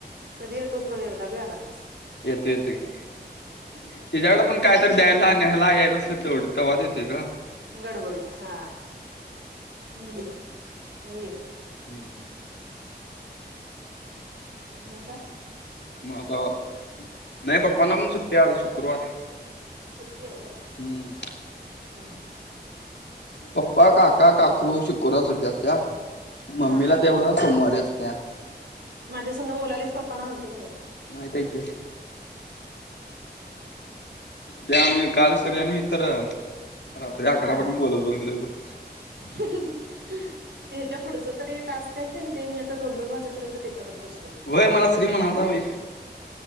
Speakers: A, on the right (about 80°); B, on the left (about 80°).
A: कधी येतोस बघ एकदा बी आला नाहीस.
B: येतो येतो तिच्या्याकड पण काय. तर द्यायला न्यायला यायचं तसं तेवढ तवाच येते ग.
A: गडबडीत हा हम्म हे..
B: हम्म.
A: आणि का?
B: म आता नाही पप्पांना पण सुट्टी आज शुक्रवार.
A: सुट्टी आहे वय,
B: हम्म
A: हम् हम्.
B: पप्पा, काका, काकू शुक्रवार सुट्टी असत्या मम्मीला
A: हा हा
B: तेवढ सोमवारी असत्या.
A: माझ्यासघ बोलायलेच पप्पाना माहिती की नाही.
B: माहित आहे की. त्या कालच सगळ्यांनी मी तर. रात्री आकरा
A: हा
B: पर्यंत
A: हा
B: बोलत बसलेलो.
A: <unintelligible> ते ह्याच्या पुढचं तररी टास्क आहे का नाही? ते मी आता दोन - दोन वाजेपर्यंत ते करत बस
B: होय मला श्री म्हणालता बई.